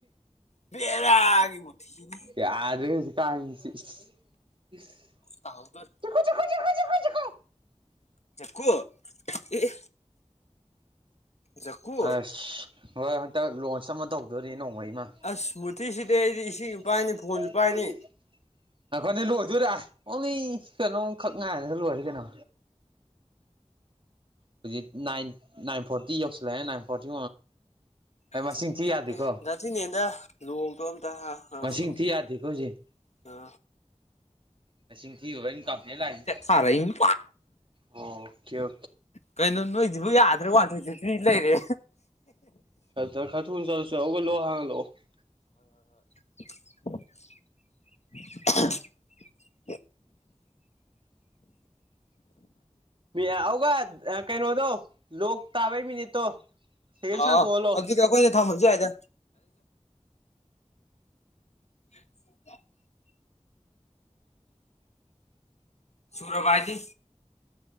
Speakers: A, on the left; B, on the right.
A: ꯕꯦꯔꯥꯒꯤ ꯃꯨꯊꯤꯅꯤ
B: ꯌꯥꯗ꯭ꯔꯦ ꯍꯧꯖꯤꯛꯀꯥꯟꯁꯤ <unintelligible>
A: ꯇꯥꯍꯧꯗꯣꯔꯦ ꯆꯀꯨ ꯑꯦ ꯑꯦ ꯖꯀꯨ
B: ꯑꯁ ꯍꯣꯏ ꯍꯟꯇꯛ ꯂꯣꯟꯆ ꯑꯃ ꯇꯧꯗꯣꯔꯤ ꯅꯣꯡꯃꯩꯃ
A: ꯑꯁ ꯃꯨꯊꯤꯁꯤꯗꯤ ꯑꯩꯗꯤ
B: <unintelligible>
A: ꯏꯁꯤꯡꯁꯨ ꯄꯥꯏꯅꯤ ꯐꯣꯟꯁꯨ ꯄꯥꯏꯅꯤ
B: ꯉꯥꯏꯈꯣꯅꯦ ꯂꯣꯏꯗꯣꯏꯔꯥ ꯑꯣꯡꯂꯤ ꯀꯩꯅꯣꯝꯈꯛ ꯉꯥꯏꯔꯦ ꯂꯣꯏꯔꯦ ꯀꯩꯅꯣ ꯍꯧꯖꯤꯛ ꯅꯥꯏꯟ ꯅꯥꯏꯟ ꯐꯣꯔꯇꯤ ꯌꯧꯁꯤꯜꯂꯛꯑꯦ ꯅꯥꯏꯟ ꯐꯣꯔꯇꯤ
A: <unintelligible>
B: ꯑꯩ ꯃꯁꯤꯡ ꯊꯤ ꯌꯥꯗꯦꯀꯣ ꯃꯁꯤꯡ ꯊꯤ ꯌꯥꯗꯦꯀꯣ ꯍꯧꯖꯤꯛ
A: ꯑ
B: ꯃꯁꯤꯡ ꯊꯤꯔꯨꯕꯩ ꯀꯝꯄ꯭ꯜꯦꯟ ꯂꯥꯛꯏꯁꯦ
A: ꯊꯥꯔꯛꯏ
B: ꯑꯣ ꯊꯤꯌꯨ
A: ꯀꯩꯅꯣ ꯅꯣꯏꯗꯨꯕꯨ ꯌꯥꯗ꯭ꯔꯕꯣ <unintelligible> ꯂꯩꯔꯦ
B: <unintelligible> ꯊꯨꯅ ꯆꯠꯂꯣꯁꯦ ꯍꯧꯒꯠꯂꯣ ꯍꯥꯏꯔꯥ ꯍꯂꯛꯑꯣ
A: ꯑꯍꯦꯝ
B: <inaudible> ꯑꯗꯨꯒ ꯀꯩꯅꯣꯗꯣ ꯂꯣꯛ ꯇꯥꯕꯩ ꯃꯤꯅꯤꯠꯇꯣ ꯁꯦꯀꯦꯟ
A: ꯑ
B: ꯁꯥꯡꯇꯣꯛꯍꯜꯂꯣ
A: ꯑꯗꯨꯗꯤ ꯀ ꯀꯣꯏꯅ ꯊꯥꯝꯃꯁꯨ ꯌꯥꯏꯗ <inaudible>
B: <inaudible>
A: ꯁꯨꯔꯕ ꯍꯥꯏꯗꯤ